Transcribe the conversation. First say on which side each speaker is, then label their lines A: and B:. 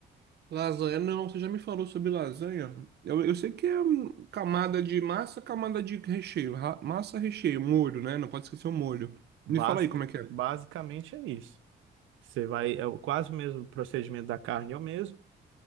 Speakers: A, on the right (about 55°); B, on the right (about 80°).
A: Lasanha, não, você já me falou sobre lasanha. Eu, eu sei que é hum, camada de massa, camada de recheio. ra- massa, recheio, molho, né? Não pode esquecer o molho.
B: Basic,
A: Me fala aí como é que é.
B: basicamente é isso. Você vai, é o- quase o mesmo procedimento da carne, é o mesmo.